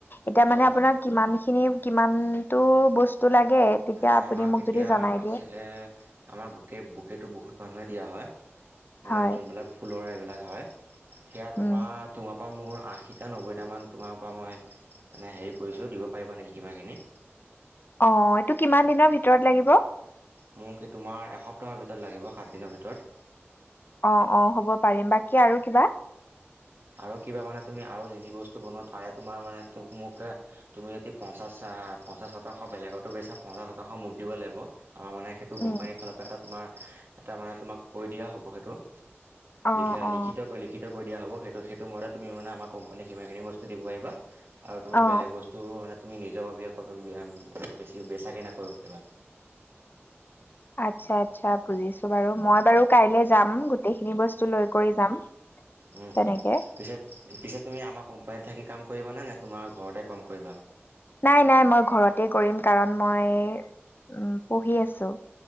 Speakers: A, on the left; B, on the right.
A: এতিয়া
B: হয়
A: মানে
B: হয়
A: আপোনাৰ কিমান খিনি কিমানতো বস্তু লাগে তেতিয়া
B: মানে
A: আপুনি
B: আমাক
A: মোক
B: এতিয়া
A: যদি জনাই
B: আছিলে
A: দিয়ে
B: আমাৰ বুকে বুকেটো বহুত মানুহে দিয়া হয়। মানে
A: হয়
B: যোনবিলাক ফুলৰ এইবিলাক হয় সেয়া
A: উম
B: তোমাৰ তোমাৰ মোৰ আশীটা নব্বৈটামান তোমাৰ পৰা মই মানে হেৰি কৰিছোঁ দিব পাৰিবা নে সিমানখিনি
A: অ এইটো কিমান দিনৰ ভিতৰত লাগিব।
B: মোক এই তোমাৰ এসপ্তাহৰ ভিতৰত লাগিব সাত দিনৰ ভিতৰত।
A: অ অ হ'ব পাৰিম বাকী আৰু কিবা।
B: আৰু কিবা মানে তুমি আৰু যি যি বস্তু বনোৱা তাৰে তমাৰ মে মোক তুমি যদি পঞ্চাছ <unintelligible> পঞ্চাছ শতাংশ বেলেগতো বেচা পঞ্চাছ শতাংশ মোকো দিব লাগিব। আমাৰ মানে সেইটো
A: উম
B: কোম্পানীৰ ফালৰ পৰা এটা তোমাৰ এটা মানে তোমাক কৈ দিয়া হ'ব সেইটো
A: অ
B: লিখা
A: অ
B: লিখিত কৰি লিখিত কৰি দিয়া হব সেইটো মতে তুমি মানে আমাৰ কোম্পানী সিমানখিনি বস্তু বস্তু দিব পাৰিবা আৰু তুমি
A: অ
B: বেলেগ বস্তু মানে তুমি নিজৰ মানে বেছি বেচাকৈ নকৰি পাৰিবা
A: আচ্ছা। আচ্ছা বুজিছো বাৰু মই বাৰু কাইলে যাম গোটেইখিনি বস্তু লৈ কৰি যাম।
B: উম
A: তেনেকে
B: হম পিছেত পিছেত তুমি আমাৰ কোম্পানীত থাকি কাম কৰিবানে নে তোমাৰ ঘৰতে কম কৰিবা
A: নাই নাই মই ঘৰতে কৰিম কাৰণ মই উম পঢ়ি আছো।